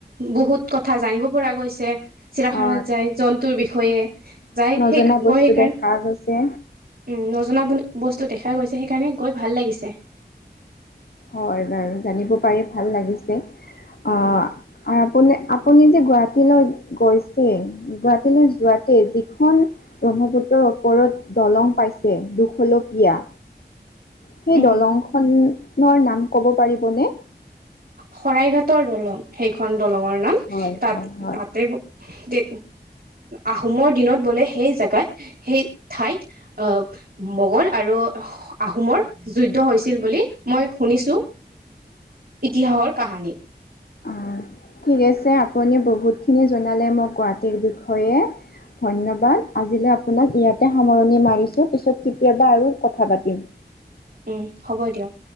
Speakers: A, on the right (about 55°); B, on the left (about 60°).
A: বহুত কথা জানিব পৰা গৈছে চিৰাখানাত
B: অ
A: যায় জন্তুৰ বিষয়ে যাই
B: নজনা
A: সেই
B: বস্তু
A: গৈ সেইকাৰণে
B: দেখা গৈছে
A: উম নজনা বুলি বস্তু দেখা গৈছে সেইকাৰণে গৈ ভাল লাগিছে
B: হয় বাৰু জানিব পাৰি ভাল লাগিছে
A: উম
B: অ আপ আপুনি যে গুৱাহাটীলৈ গৈছে গুৱাহাটীলৈ যোৱাতে যিখন ব্ৰহ্মভূত্ৰৰ ওপৰত দলং পাইছে দুশলপিয় সেই
A: উম
B: দলংখনৰ নাম ক'ব পাৰিবনে
A: শৰাই ঘাটৰ দলং সেইখন দলঙৰ নাম
B: হয়
A: তা
B: হয় হয়।
A: তাতে যে আহোমৰ দিনত বোলে সেই জাগাত সেই ঠাইত আহ মগল আৰু। আহোমৰ যুদ্ধ হৈছিল বুলি মই শুনিছো ইতিহাসৰ। কাহানী।
B: অ ঠিক আছে আপুনি বহুতখিনি জনালে মোক গুৱাহাটীৰ বিষয়ে। ধন্যবাদ আজিলৈ আপোনাক ইয়াতে সামৰণি মাৰিছো পিছত কেতিয়াবা আৰু কথা পাতিম।
A: উ হ'ব দিয়ক।